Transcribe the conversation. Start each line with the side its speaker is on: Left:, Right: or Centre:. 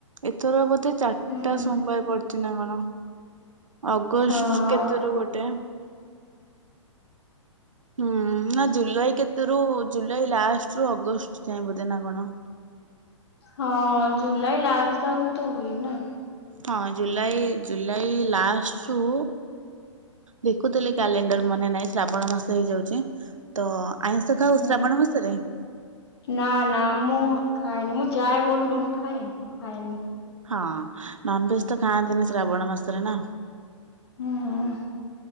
Right: ଏଥର ବୋଧେ ଚାର୍
Left: ହୁଁ
Right: ଟା ସୋମବାର ପଡୁଚି ନା କଣ? ହଁ। ଅଗଷ୍ଟ୍
Left: ହଁ
Right: କେତେରୁ ଗୋଟେ ହୁଁ ନା ଜୁଲାଇ କେତେରୁ ଜୁଲାଇ ଲାଷ୍ଟରୁୁ ଅଗଷ୍ଟ ଯାଏ ବୋଧେ ନା କଣ।
Left: ହଁ ଜୁଲାଇ ଲାଷ୍ଟ ଆଡୁକୁ ତ ହୁଏ ନା।
Right: ହଁ ଜୁଲାଇ ଜୁଲାଇ ଲାଷ୍ଟରୁ ଦେଖୁଥିଲି କ୍ୟାଲେଣ୍ଡର ମନେ ନାହିଁ ଶ୍ରାବଣ ମାସ ହେଇଯାଉଛି ତ ଆଇଁଷ ଖାଉ
Left: ହୁଁ
Right: ଶ୍ରାବଣ ମାସରେ
Left: ନା ନା ମୁଁ ଖାଏନି ମୁଁ ଯାଏ ବୋଲବମ୍ ଖାଏନି ଖାଏନି।
Right: ହଁ ନନ୍ଭେଜ ତ ଖାଆନ୍ତିନି ଶ୍ରାବଣ ମାସରେ ନା।
Left: ହୁଁ।